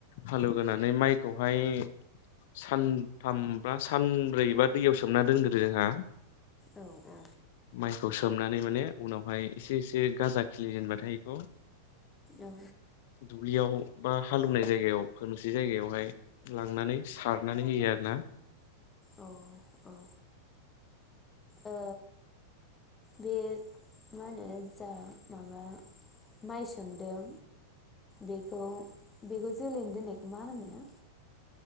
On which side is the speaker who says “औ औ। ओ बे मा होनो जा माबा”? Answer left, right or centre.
Left